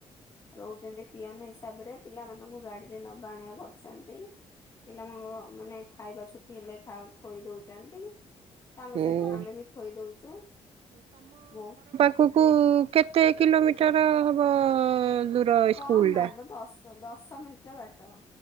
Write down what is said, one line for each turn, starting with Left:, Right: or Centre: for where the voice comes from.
Left: ରହୁଛନ୍ତି ପିଅନ ହିଶା ହିସାବରେ ପିଲାମାନଙ୍କୁ ଗାଡି ରେ ନବା ଆଣିବା କରିଛନ୍। ପିଲାମାନଙ୍କ ମାନେ ଖାଇବା ଛୁଟି ହେଲେ ଖୋଇ ଦଉଛନ୍ତି। ତାଙ୍କ
Right: ହୁଁ
Left: ସହିତ ଆମେ ବି ଖୋଇ ଦଉଛୁ, ବହୁ
Right: ଖ କୁ କେତେ କିଲୋମିଟର ହବ ଦୂର
Left: କମ୍
Right: ସ୍କୁଲ
Left: ବାଟ
Right: ଟା?
Left: ଦଶ ଦଶ ମିନିଟର ବାଟ।